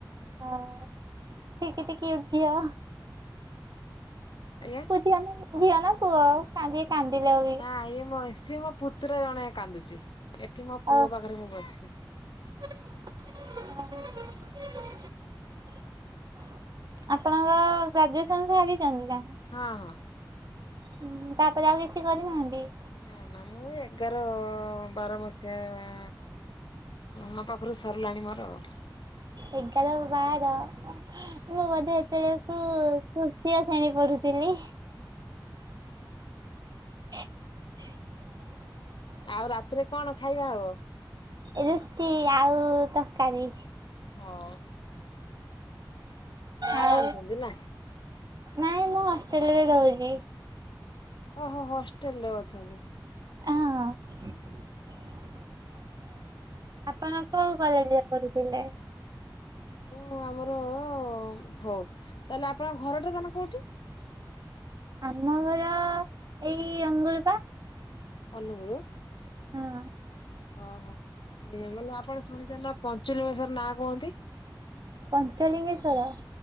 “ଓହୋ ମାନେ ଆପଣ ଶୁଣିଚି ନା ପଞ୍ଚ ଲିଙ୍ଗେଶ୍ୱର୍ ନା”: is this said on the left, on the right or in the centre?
Left